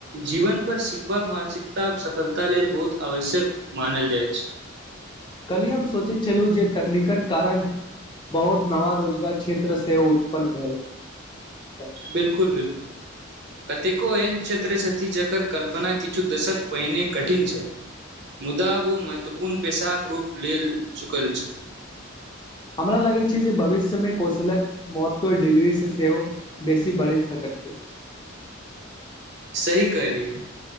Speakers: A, on the right; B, on the left.
A: जीवन पर सिखबाक मानसिकता आ सफलता लेल बहुत आवश्यक मानल जाइत छै
B: काल्हि हम सोचैत छलहुँ जे तकनीकन कारण बहुत नवा रोजगार क्षेत्र क्षेत्र से उत्पन्न भेल छल
A: बिलकुल बिलकुल कतेको एहन क्षेत्र छथि जकर कल्पना किछु दशक पहिने कठिन छल मुदा ओ महत्वपूर्ण पेशाक रूप लेल चुकल छथि
B: हमरा लगैत छै जे भविष्य मे कौशलक महत्त्व डिग्री से सेहो बेसी बढ़ि सकैत छै
A: सही कहलियै